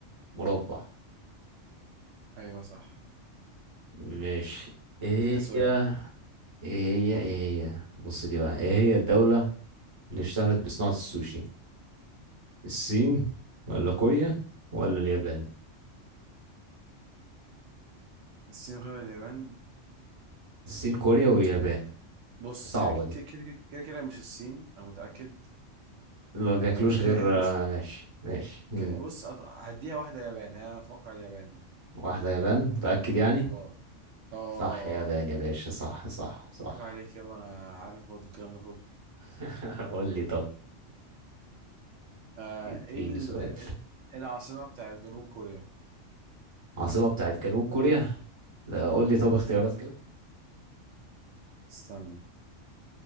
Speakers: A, on the right; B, on the right.
A: مربع
B: ايوه صح
A: ماشي ايه
B: دي انت سؤال
A: هي ايه هي ايه هي بص دي بقى ايه هي الدولة اللي اشتهرت بصناعة السوشي الصين ولا كوريا ولا اليابان
B: الصين غير اليابان
A: الصين كوريا واليابان
B: الصين بص
A: صعبة
B: هي كده
A: دي
B: كده كده كده مش الصين انا متأكد
A: ما بياكلوش
B: وكده
A: غير
B: كده
A: آه،
B: مش
A: ماشي ماشي مم.
B: كده بص أط- هديها واحدة يابان هي اتوقع اليابان
A: واحدة يابان متأكد يعني
B: اه اه آه، آه،
A: صح يابان
B: آه.
A: يا باشا صح صح صح
B: عيب عليك يابا انا عارف برضو الكلام ده كله
A: <laughs> قول لي طب
B: آه
A: اديني
B: ايه ال-
A: سؤال
B: ال- العاصمة بتاعت جنوب كوريا
A: عاصمة بتاعت جنوب كوريا لا،
B: اه
A: قول لي طب اختيارات كده
B: استنى